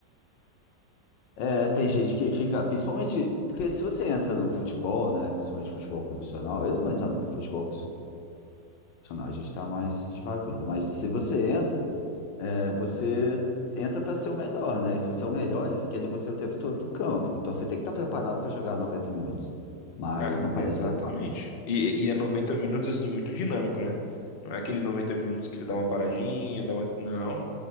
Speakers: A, on the left; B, on the left.
A: É, tem gente que fica, principalmente, porque se você entra no futebol, né, principalmente futebol profissional, eu não vou entrar no futebol profissional, a gente está mais divagando, mas se você entra, é, você entra para ser o melhor, né? E se você é o melhor, eles querem você o tempo todo no campo. Então você tem que estar preparado para jogar 90 minutos. Mas
B: Cara,
A: não parece
B: exatamente.
A: ser fácil.
B: E, e é 90 minutos, assim, muito dinâmico, né? Não é aquele 90 minutos que você dá uma paradinha, dá uma... Não.